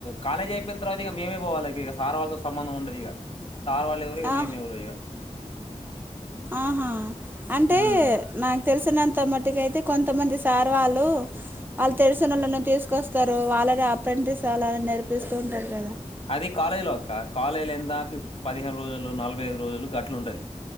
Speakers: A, on the left; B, on the right.
A: కాలేజ్ అయిపోయిన్ తర్వాత మేమే పోవాలె ఇగ సార్ వాళ్ళతో సంబంధం ఉండదు ఇగ సార్ వాళ్ళు ఎవరో ఇగ
B: ఆ
A: మేం ఎవరో ఇగ
B: ఆహా అంటే
A: ఉమ్.
B: నాక్ తెలిసినంత మటుకయితే కొంతమంది సార్ వాళ్ళు వాళ్ళు తెలిసినోల్లను తీసుకొస్తారు వాళ్ళని అప్రెంటిస్ అలా నేర్పిస్తూ ఉంటారు కదా
A: అది కాలేజ్లో అక్క కాలేజ్ల ఎంత ఫిఫ్ పదిహేను రోజులు నలభై ఐదు రోజులు గట్లుంటది.